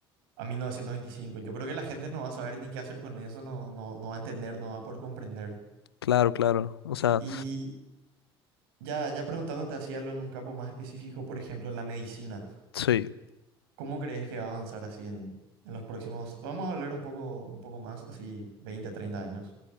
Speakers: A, on the right; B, on the left.
A: a 1925. Yo creo que la gente no va a saber ni qué hacer con eso, no, no, no va a entender, no va a poder comprender.
B: claro, claro. O sea...
A: y Ya, ya preguntándote así algo en un campo más específico, por ejemplo, la medicina.
B: Sí,
A: ¿Cómo crees que va a avanzar así en, en los próximos? Vamos a hablar un poco, un poco más, así veinte, treinta años.